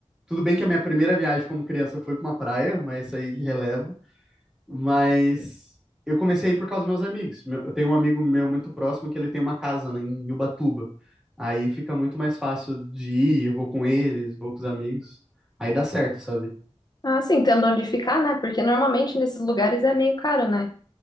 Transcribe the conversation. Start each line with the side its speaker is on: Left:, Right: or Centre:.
Centre: Tudo bem que a minha primeira viagem como criança foi pra uma praia, mas isso aí releva. Mas eu comecei a ir por causa dos meus amigos. Meu- Eu tenho um amigo meu muito próximo que ele tem uma casa né, em Ubatuba. Aí fica muito mais fácil de ir, eu vou com eles, vou com os amigos. Aí dá certo, sabe?
Left: Ah, sim, tendo onde ficar, né? Porque normalmente nesses lugares é meio caro, né?